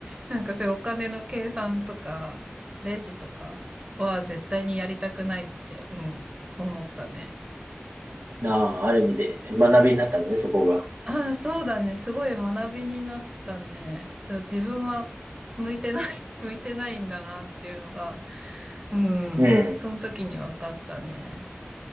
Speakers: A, on the right (about 25°); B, on the right (about 80°).
A: なんかそういうお金の計算とか、レジとかは絶対にやりたくないって、うん、思ったね。
B: ああ、ある意味で学びになったんだね、そこが。
A: ああ、そうだね。すごい学びになったね。ただ自分は向いてない、<laughs> 向いてないんだなっていうのが、うん、
B: うん。
A: その時に分かったね。